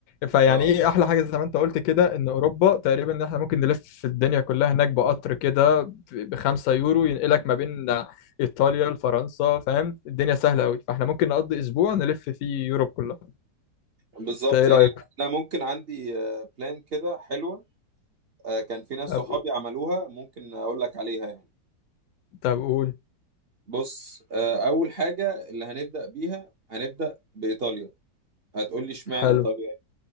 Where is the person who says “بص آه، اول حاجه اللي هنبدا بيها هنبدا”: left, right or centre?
Right